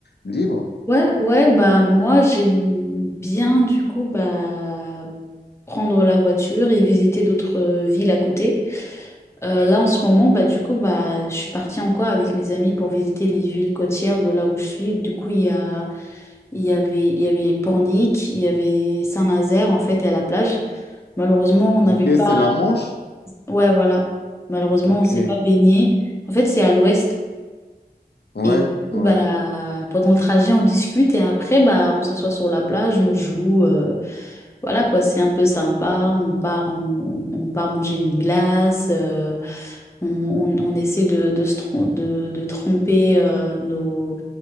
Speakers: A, on the left; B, on the left.
A: libre?
B: Ouais, ouais, bah moi j'aime bien du coup bah prendre la voiture et visiter d'autres euh, villes à côté. Euh, là en ce moment bah du coup bah je suis partie encore avec mes amis pour visiter les villes côtières de là où je suis. Du coup il y a il y avait il y avait Pornic, il y avait Saint-Nazaire en fait et à la plage. Malheureusement on
A: Ok,
B: n'avait pas
A: c'est la manche?
B: ouais voilà malheureusement
A: Ok.
B: on s'est pas baigné. En fait c'est à l'ouest.
A: Ouais,
B: Et du coup,
A: ouais,
B: bah, pendant le trajet, on discute et après, bah, on s'assoit sur la plage, on joue. euh, voilà quoi, c'est un peu sympa. On part, on, on part manger une glace. euh, on, on- on essaie de, de, se trom- de, de tremper euh, nos,